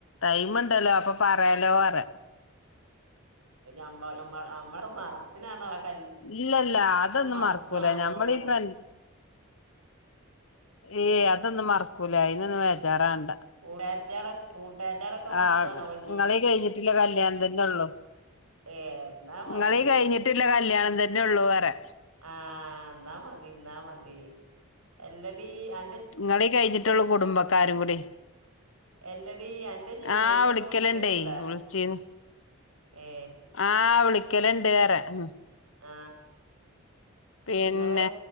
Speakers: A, on the left; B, on the right.
A: ടൈമുണ്ടല്ലോ അപ്പൊ പറയാലോ പറ
B: ആമ്മ മറക്ക <unintelligible>
A: ഇല്ലല്ല അതൊന്നും
B: മറക്കുവാണാവോന്നറിയാം
A: മറക്കൂല ഞമ്മളീ പ്ര ഏ അതൊന്നും മറക്കൂല ഇതിനൊന്ന് വേചാറാകണ്ടാ
B: കൂട്ടുകാരത്തിയാളൊക്കെ കൂട്ടുകാരത്തിയാളൊക്കെ
A: ആ
B: മറക്കുവാണാവോ ഇനി
A: നിങ്ങളീ കഴിഞ്ഞിട്ടില്ല കല്യാണംന്തന്നള്ളു
B: ഏ, എന്നാ മതി
A: നിങ്ങളീ കഴിഞ്ഞിട്ടില്ല കല്യാണത അതന്നെ ഉള്ളൂ അറാ
B: ആ എന്നാ മതി എന്നാമതി അല്ലടീ അ
A: നിങ്ങളീ കഴിഞ്ഞിട്ടുള്ളൂ കുടുംബക്കാരും കൂടി
B: എല്ലടി അൻ്റെ ജുമയിലൊക്കെ
A: ആ വിളിക്കല്
B: വിളിക്കലുണ്ടാ
A: ണ്ടേ വിളിച്ചീന്ന്
B: ഏ
A: ആ വിളി ക്കലണ്ട് അറാ ഉ
B: ആ
A: പിന്നെ
B: ഇങ്ങള്